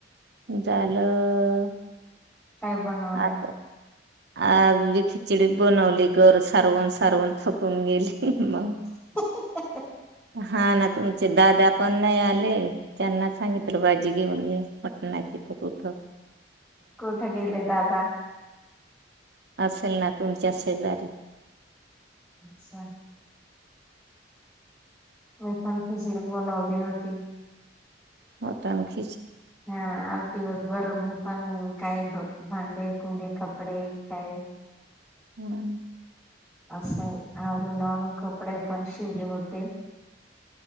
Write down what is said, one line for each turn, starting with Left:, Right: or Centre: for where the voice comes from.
Right: झालं.
Centre: काय बनवलंय?
Right: आता आज बी खिचडीच बनवली घर सारवुन सारवुन थकून गेली मग.
Centre: <unintelligible>
Right: हा ना तुमचे दादा पण नाही आले त्यांना सांगितलं भाजी घेऊन य <unintelligible>
Centre: कुठे गेले दादा?
Right: असेल ना तुमच्याच शेजारी.
Centre: <unintelligible> मी पण खिचडी बनवली होती.
Right: <unintelligible>
Centre: हा आज दिवस भर गरम हो पण काही भांडे कुंडे कपडे काही
Right: हम्म
Centre: असं आवरून आवरून कपडे पण शिवले होते.